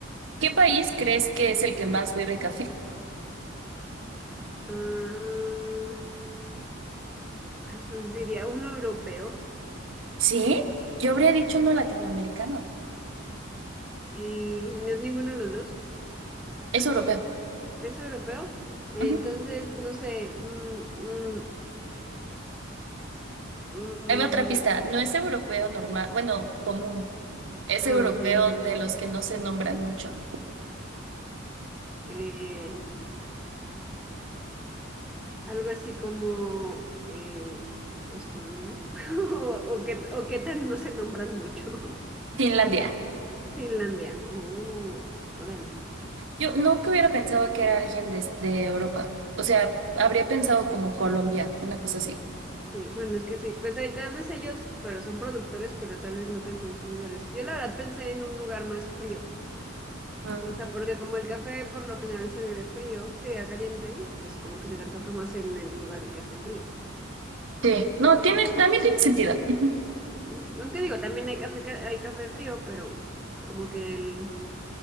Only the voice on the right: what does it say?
¿Qué país crees que es el que más bebe café?
¿Sí? Yo habría dicho no latinoamericano.
Es europeo.
Ujú.
Ahí va otra pista. No es europeo normal, bueno, común. Es
europeo
de los que no se nombran mucho.
Finlandia.
Yo nunca hubiera pensado que era alguien de, de Europa. O sea, habría pensado como Colombia, una cosa así.
Ah.
Sí, no, tiene, también tiene sentido. Ujú.